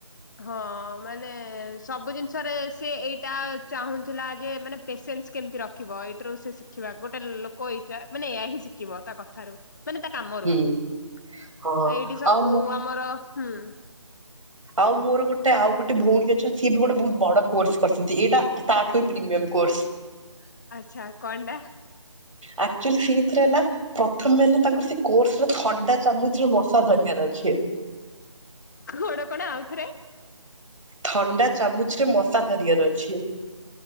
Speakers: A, on the left (about 35°); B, on the right (about 85°).
A: ହଁ ମାନେ ସବୁ ଜିନିଷରେ ସେ ଏଇଟା ଚାହୁଁଥିଲା ଯେ ମାନେ ପେସେନ୍ସ କେମିତି ରଖ ଶିଖିବ ଏଇଟାରୁ ସେ ଶିଖିବା ଗୋଟେ ଲୋକ ଏଇଟା ମାନେ ଏୟା ହିଁ ଶିଖିବ ତା କଥାରୁ। ମାନେ ତା କାମରୁ
B: ହୁଁ ହଁ
A: ଏଇଟି ସବୁ
B: ଆଉ ମୁଁ
A: ଆମର ହୁଁ।
B: ଆଉ ମୋର ଗୋଟେ ଆଉ ଗୋଟେ ଭଉଣୀ ଅଛନ୍ତି ସଏ ବି ଗୋଟେ ବୋହୁତ ବଡ କୋର୍ସ କରିଛନ୍ତି ଏଇଟା ତାଠୁ ହୁଏ ପ୍ରିମିୟମ କୋର୍ସ। ହ <unintelligible>
A: ଆଚ୍ଛା କଣଟା।
B: ଆକ୍ଚୁଲି ସେଇଥିରେ ହେଲା ପ୍ରଥମେ ହେଲେ ତାଙ୍କୁ ସେ କୋର୍ସ ରେ ଥଣ୍ଡା ଚାମଚ ରେ ମଶା ଧରିବାର ଅଛି।
A: କଣ କଣ ଆଉଥରେ।
B: ଥଣ୍ଡା ଚାମୁଚ ରେ ମଶା ଧରିବାର ଅଛି।